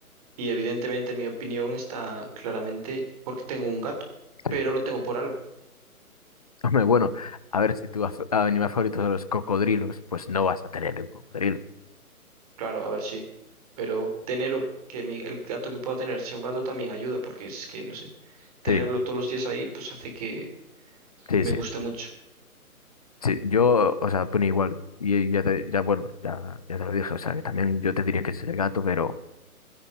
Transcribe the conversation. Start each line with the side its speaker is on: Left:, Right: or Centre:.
Right: Y evidentemente mi opinión está claramente porque tengo un gato, pero
Left: sí.
Right: lo tengo por algo.
Left: Hombre, bueno, a ver, si tu af- animal favorito son los cocodrilos, pues no vas a tener un cocodrilo.
Right: Claro, a ver, sí. Pero tener que mi- el gato que pueda tener sea un gato también ayuda, porque es que, no sé, tenerlo
Left: Sí,
Right: todos los días ahí, pues hace que
Left: sí,
Right: me
Left: sí.
Right: gusta mucho.
Left: Sí, yo, o sea, opino igual. Y ya te, ya, bueno, ya, ya te lo dije, o sea, que también yo te diría que es el gato, pero,